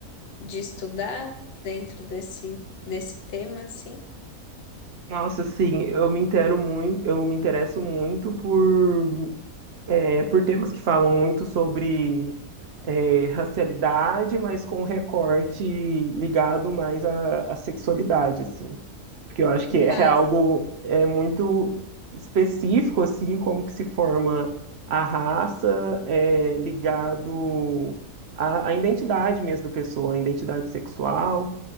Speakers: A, on the left; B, on the right.
A: de estudar dentro desse, desse tema, assim?
B: Nossa, sim, eu me intero muito, eu me interesso muito por é, por temas que falam muito sobre é, racialidade, mas com um recorte ligado mais à, à sexualidade, assim. Porque eu acho que
A: Mas,
B: é algo é, muito específico, assim, como que se forma a raça é, ligado à, à identidade mesmo da pessoa, à identidade sexual,